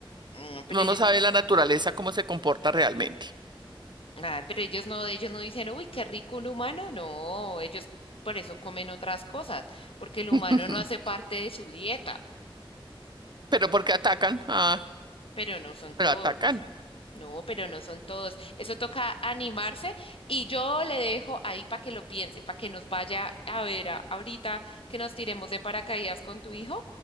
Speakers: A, on the left; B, on the right.
A: No, pero
B: no
A: ellos,
B: no sabe
A: n-
B: la naturaleza cómo se comporta realmente.
A: ah, pero ellos no, ellos no dicen, uy, qué rico un humano. No, ellos por eso comen otras cosas, porque el humano
B: <laughs>
A: no hace parte de su dieta,
B: Pero ¿por qué atacan? Ah,
A: pero no son todos.
B: pero atacan.
A: No, pero no son todos. Eso toca animarse y yo le dejo ahí para que lo piense, para que nos vaya a ver a- ahorita que nos tiremos de paracaídas con tu hijo,